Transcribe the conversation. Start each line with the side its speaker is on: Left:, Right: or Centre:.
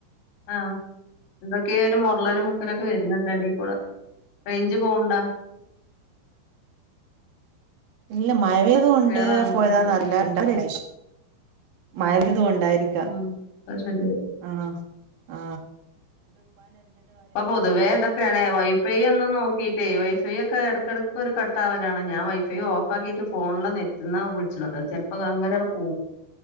Left: ആ എന്തൊക്കേ ഒരു മോർളലും മുക്കലൊക്കെ വരുന്നുണ്ടെടേകൂടെ റേഞ്ച് പോവ്ണ്ടാ
Right: ഇല്ല മയവെയ്തുണ്ട്
Left: ക്ലിയറാണ്
Right: പോയതാന്നറില്ല
Left: ഇങ്ങക്ക്
Right: <unintelligible> തുവൊണ്ടാരിക്ക
Left: ഉം അത് ശെരിയാ
Right: ആ ആ
Left: പ്പ പൊതുവേ തൊക്കെയാണേ വൈഫൈ ഒന്നും നോക്കിട്ടേ വൈഫൈ ഒക്കെ ഇടക്കിട ഒരു കട്ടാവലാണ് ഞാൻ വൈഫൈയും ഓഫാക്കീട്ട് ഫോണില് നെറ്റുന്നാ വിളിച്ചുണത് ചെലപ്പോ അങ്ങനാണ് പോ